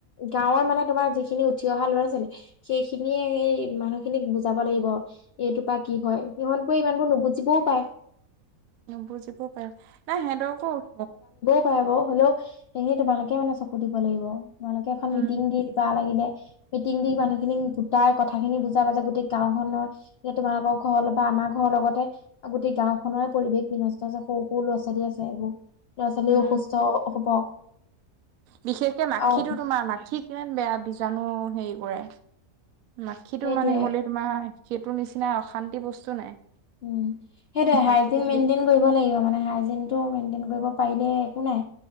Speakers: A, on the left; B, on the right.
A: গাঁৱৰ মানে তোমাৰ যিখিনি উঠি অহা ল'ৰা-ছোৱালী সেইখিনিয়ে হেই মানুহ খিনিক বুজাব লাগিব। এইটোৰপা কি হয়? সিহঁতবোৰে ইমানবোৰ নুবুজিবও পায়।
B: বুজিবও পাই। নাই সিহঁতকো উঠ
A: ৱা আকৌ, হ'লেও সেইখিনি তোমালোকে মানে চকু দিব লাগিব। তোমালোকে এখন
B: উম,
A: মিটিং দি দিবা লাগিলে। মিটিং দি মানুহ খিনি গোটাই কথা খিনি বুজাবা যে গোটেই গাঁওখনৰ এ তোমালোকৰ ঘৰ ল বা আমাৰ ঘৰ লগতে গোটেই গাঁওখনেৰে পৰিৱেশ বিনষ্ট আছে সৰু সৰু ল'ৰা-ছোৱালী আছে এইবোৰ। ল'ৰা-ছোৱালীও
B: উম,
A: অসুস্থ হ'ব।
B: বিশেষকে মাখিটো
A: আৰু
B: তোমাৰ, মাখি কিমান বেয়া বীজাণু হেৰি কৰে। মাখিটো
A: সেইটোৱে
B: মানে হ'লে তোমাৰ সেইটোৰ নিচিনা অশান্তি বস্তু নাই।
A: উম, সেইটোয়ে
B: মাখিটো
A: হাইজিন মেইণ্টেইন কৰিব লাগিব, মানে হাইজিন। টো মেইণ্টেইন কৰিব পাৰিলে একো নাই।